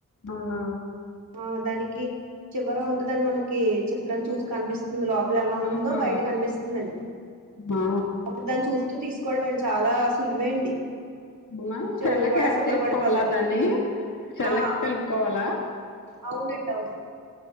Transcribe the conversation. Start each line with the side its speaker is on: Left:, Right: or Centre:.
Left: అవునా
Right: ఆ దానికి చివర ఉంటదని మనకి చిత్రాం చూసు కనిపిస్ లోపల ఎలా ఉందో
Left: ఆహా
Right: బయట కనిపిస్తుందండి
Left: ఆ
Right: అప్పుడు దాన్ని చూ స్తు తీసుకోవడమే అండి చాలా సులువే అండి
Left: అమ్మా సెల్లకి
Right: చెవులు కూడా
Left: యాడ్
Right: శుభ్రపడిపోతాయి
Left: చేసుకోవాల దాన్ని సెల్లక్
Right: ఆ
Left: కలుపుకోవాలా.
Right: అవునండి అవున్